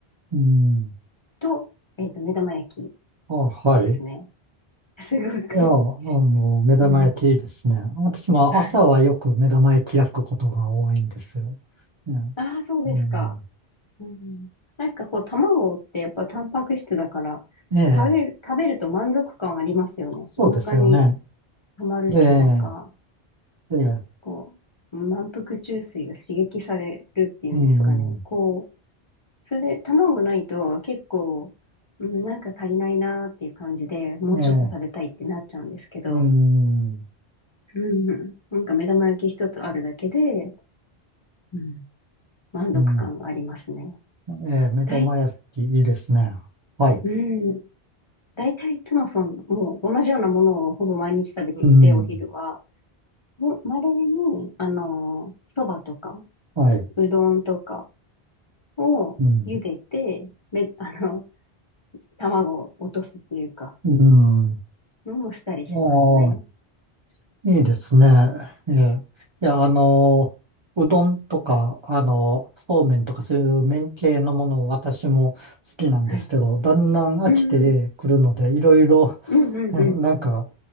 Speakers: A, on the right; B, on the left.
A: うん。
B: と、えーっと、目玉焼
A: あ、はい。
B: きですね。<laughs> すごく、
A: いや、あの、目玉焼きですね。
B: あの、
A: 私も朝はよく目玉焼き焼くことが多いんですよ。
B: はい。
A: ね。
B: ああ、そうですか。
A: うん。
B: うん。なんかこう、卵ってやっぱタンパク質だから、
A: ええ。
B: 食べる、食べると満足感ありますよね。
A: そうですよね。
B: お腹に溜まるというか、
A: ええ。ええ。
B: こう、満腹中枢が刺激されるっていうんですかね。
A: うん。
B: こう、それで卵ないと結構、うん、なんか足りないなーっていう感じで、もうちょっと食べたいってなっちゃうんですけど、
A: ええ。うん。
B: うん、なんか目玉焼き一つあるだけで、うん、満足感がありますね。
A: うん。ええ。目玉焼きいいですね。
B: だい、
A: はい。
B: うん、大体いつもその、もう同じようなものをほぼ毎日食べていて、
A: うん。
B: お昼は。もうに、あの、そばとか、
A: はい。
B: うどんとかを茹でて、
A: うん。
B: め、<laughs> あの、卵を落とすっていうか、
A: うん。
B: のをしたりしますね。
A: おー、いいですね。
B: うん。
A: ええいや、あの、うどんとか、あの、そうめんとかそういう麺系のもの、私も好きなんですけど、
B: はい。
A: だんだん飽きてくるので、
B: うん、
A: いろいろ、
B: うん、うん、
A: ななんか、
B: うん。